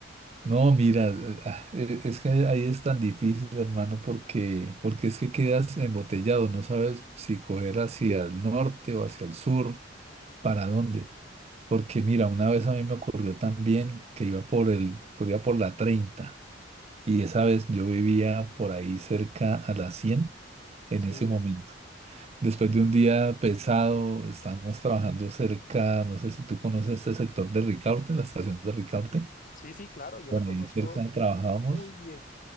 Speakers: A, on the right (about 35°); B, on the left (about 45°).
A: No, mira, eh, ah, e- es que ahí es tan difícil, hermano, porque, porque es que quedas embotellado, no sabes si coger hacia el norte o hacia el sur, para dónde. Porque mira, una vez a mí me ocurrió también que iba por el, por- iba por la 30. Y esa vez yo vivía por ahí cerca a las 100 en
B: Sí,
A: ese momento. Después de un día pesado, estábamos trabajando cerca, no sé si tú conoces este sector de Ricaurte, la estación de Ricaurte,
B: sí, sí, claro, yo
A: por
B: la conozco
A: ahí cerca trabajábamos.
B: muy bien.